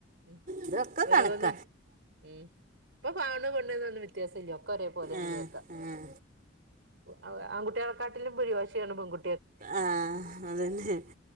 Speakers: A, on the right; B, on the right.
A: ഉം
B: ഇതൊക്കെ
A: ഓരോന്ന്
B: കണ്ക്ക
A: ഉം ഇപ്പൊ ആണ് പെണ്ണ് ന്നെന്നും വ്യത്യാസമില്ല ഒക്കെ ഒരേ പോലേണ്
B: ആ
A: നിക്കാ
B: ആ
A: അ ആൺകുട്ട്യളെ ക്കാട്ടിലും പിടി വാഷിയാണ് പെൺകു
B: ആഹ് അതന്നെ